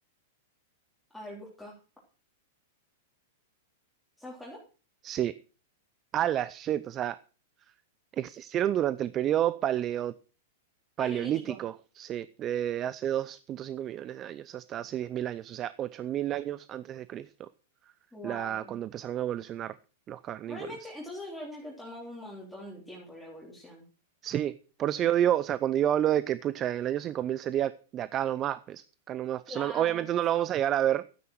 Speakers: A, in the centre; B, on the right.
A: A ver, busca. ¿Estás buscando?
B: sí, a la shit, o sea, existieron durante el periodo paleo, paleolítico,
A: Paleolítico.
B: sí, de hace 2.5 millones de años hasta hace 10.000 años, o sea, 8.000 años antes de Cristo,
A: Wow.
B: la, cuando empezaron a evolucionar los cavernícolas.
A: Realmente, entonces realmente tomó un montón de tiempo la evolución.
B: Sí, por eso yo digo, o sea, cuando yo hablo de que, pucha, el año 5000 sería de acá nomás, pues, acá nomás. Pues,
A: Claro.
B: solam- obviamente no lo vamos a llegar a ver,